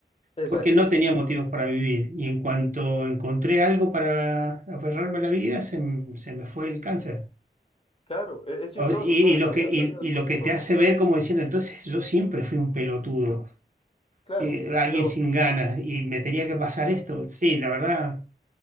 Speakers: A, on the left; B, on the right.
A: Exacto.
B: Porque no tenía motivos para vivir. Y en cuanto encontré algo para aferrarme a la vida, se, m- se me fue el cáncer.
A: Claro, e- es,
B: O-
A: chistoso,
B: Y,
A: nada,
B: y lo
A: la
B: que,
A: vida,
B: y,
A: la vida
B: y
A: es muy
B: lo
A: chistosa,
B: que te hace
A: ¿eh?
B: ver como diciendo, entonces yo siempre fui un pelotudo,
A: Claro,
B: eh, alguien
A: pero
B: sin ganas, y me tenía que pasar esto. Sí, la verdad,